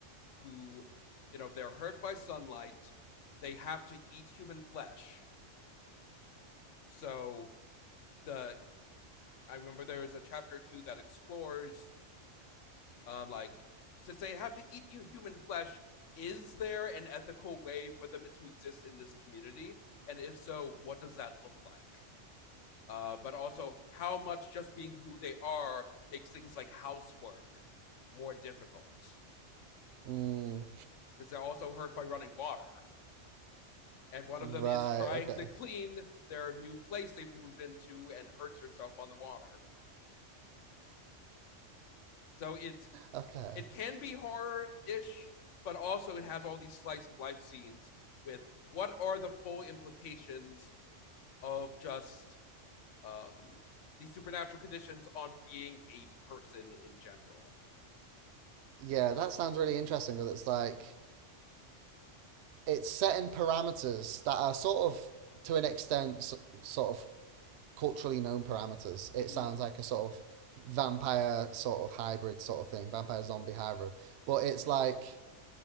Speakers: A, on the left; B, on the right.
A: who, you know, they're hurt by sunlight. They have to eat human flesh. So the I remember there is a chapter or two that explores, um, like since they have to eat human flesh, is there an ethical way for them to exist in this community? And if so, what does that look like? Uh, but also, how much just being who they are makes things like housework more difficult?
B: Mm,
A: Since they're also hurt by running water and one
B: Right.
A: of them is trying
B: Okay.
A: to clean their new place they've moved into and hurts herself on the water. So it
B: Okay.
A: it can be horror-ish, but also it has all these slice of life scenes with what are the full implications of just um these supernatural conditions on being a person in general.
B: Yeah, that sounds really interesting. Cause it's like it's setting parameters that are sort of, to an extent, s- sort of culturally known parameters. It
A: Mm-hmm.
B: sounds like a sort of vampire sort of hybrid sort of thing, vampire zombie hybrid. But it's like